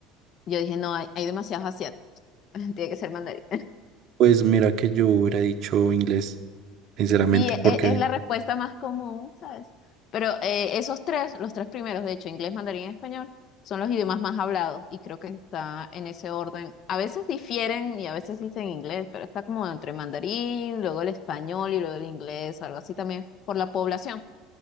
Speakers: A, on the left; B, on the right.
A: yo dije, no, hay, hay demasiados asiáticos. <laughs> Tiene que ser mandarín.
B: Pues mira que yo hubiera dicho inglés, sinceramente,
A: Sí, e-
B: porque
A: e- es la respuesta más común, ¿sabes? Pero eh, esos tres, los tres primeros, de hecho, inglés, mandarín y español, son los idiomas más hablados y creo que está en ese orden. A veces difieren y a veces dicen inglés, pero está como entre mandarín, luego el español y luego el inglés, algo así también, por la población.